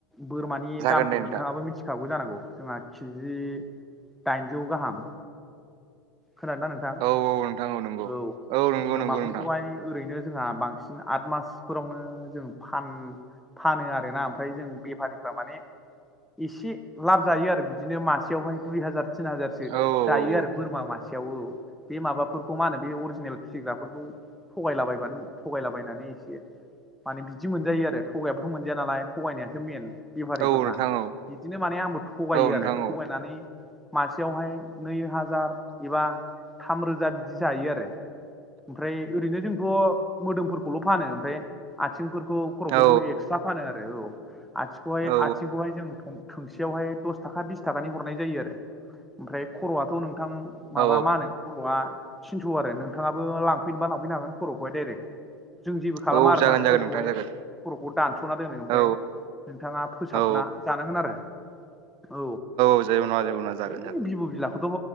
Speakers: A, in the centre; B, on the right (about 45°).
A: बोरमानि
B: जागोन
A: दामखौ
B: दे
A: नोंथाङाबो
B: नोंथां
A: मिथि फिखावौ जानांगौ जोंहा केजि दाइनजौ गाहाम खोनादों ना नोंथां
B: औ नंगौ
A: औ
B: नंगौ
A: बोरमाफोरखौहाय
B: नंगौ नोंथां
A: ओरैनो जोंहा बांसिन आद मासफोरावनो जों फान फानो आरोना ओमफ्राय जों बेफारिफ्रा माने एसे लाब जायो आरो बिदिनो मासेयावहाय दुइ हाजार तिन हाजारसो
B: औ औ
A: जायो आरो बोरमा मासे खासेयाव बे माबाफोरखौ मा होनो बे अरिजिनेल फिसिग्राफोरखौ। थगायलाबायबानो थगायलाबायनानै एसे माने बिदि मोनजायो आरो थगायाबाथ' मोनजाया नालाय थगायनायासो मेन। बेफारिफोरना
B: औ नोंथां औ
A: बिदिनो माने आंबो थगायो
B: औ नोंथां
A: आरो थगायनानै
B: औ
A: मासेयावहाय नै हाजार एबा थामरोजा बिदि जायो आरो। ओमफ्राय ओरैनो जोंथ' मोदोमफोरखौल' फानो ओमफ्राय आथिंफोरखौ खर'फोरखौ
B: औ
A: एक्सट्रा फानो आरो औ आथिंहाय
B: औ
A: आथिंखौहाय जों थोंसेयावहाय दस थाखा बिस थाखानि हरनाय जायो आरो ओमफ्राय खर'आथ' नोंथां माबा
B: औ
A: मा होनो खर'आ थिनस' आरो नोंथाङाबो लांफैनोबा लांफैनो हागोन खर'खौहाय डाइरेक्ट। जों जेबो खालामा
B: औ
A: आर
B: जागोन
A: ना
B: जागोन
A: खर'खौहाय
B: नोंथां जागोन
A: खर'खौ दानस'ना दोनो ओमफ्राय
B: औ
A: नोंथाङा फोसाबना
B: औ
A: जानांगोन आरो। औ
B: औ जेबो नङा जेबो नङा जागोन
A: हैओइ
B: जागोन
A: बिब' बिलाखौथ'